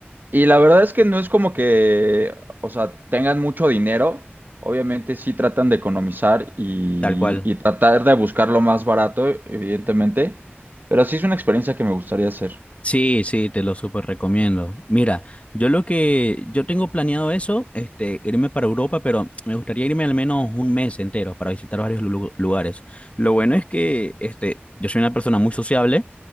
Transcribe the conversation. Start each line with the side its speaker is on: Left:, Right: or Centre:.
Right: Y la verdad es que no es como que, o sea, tengan mucho dinero. Obviamente sí tratan de economizar y,
Left: tal cual.
Right: y tratar de buscar lo más barato, evidentemente. Pero sí es una experiencia que me gustaría hacer.
Left: Sí, sí, te lo súper recomiendo. Mira, yo lo que, yo tengo planeado eso, este, irme para Europa, pero me gustaría irme al menos un mes entero para visitar varios lu- lugares. Lo bueno es que, este, yo soy una persona muy sociable.